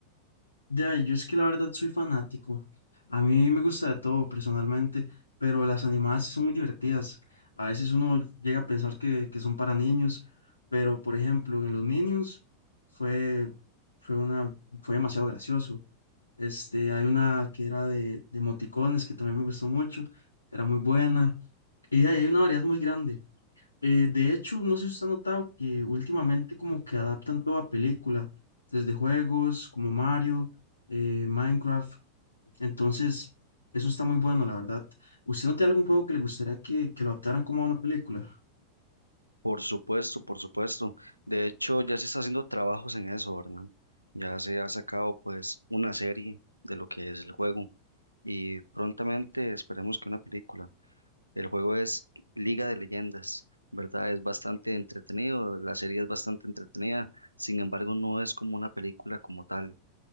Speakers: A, on the left; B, on the right.
A: Ya, yo es que la verdad soy fanático. A mí me gusta de todo personalmente, pero las animadas son muy divertidas. A veces uno llega a pensar que, que son para niños, pero por ejemplo, en los Minions fue, fue una, fue demasiado gracioso. Este, hay una que era de, de emoticones que también me gustó mucho, era muy buena. Y ahí hay una variedad muy grande. Eh, de hecho, no sé si usted ha notado que últimamente como que adaptan todo a película, desde juegos como Mario, eh, Minecraft, entonces eso está muy bueno, la verdad. ¿Usted no tiene algún juego que le gustaría que, que lo adaptaran como a una película?
B: Por supuesto, por supuesto. De hecho, ya se está haciendo trabajos en eso, ¿verdad? Ya se ha sacado pues una serie de lo que es el juego y prontamente esperemos que una película. El juego es Liga de Leyendas, ¿verdad? Es bastante entretenido, la serie es bastante entretenida, sin embargo no es como una película como tal,